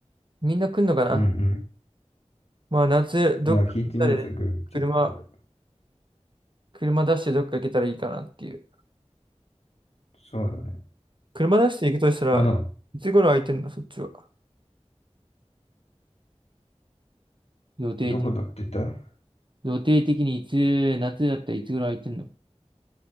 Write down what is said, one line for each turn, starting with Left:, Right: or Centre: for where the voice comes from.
Right: みんな来んのかな
Left: うんう
Right: まあ夏、どっか行ったりね、
Left: ん。いや、聞いてみようぜ、グーチャットで。
Right: 車、車出してどっか行けたらいいかなっていう。
Left: そうだね。
Right: 車出して行くとしたら、
Left: まああの、
Right: いつ頃空いてんの、そっちは。予定的、
Left: どこだって言った
Right: 予定的にいつ、夏だったらいつぐらい空いてんの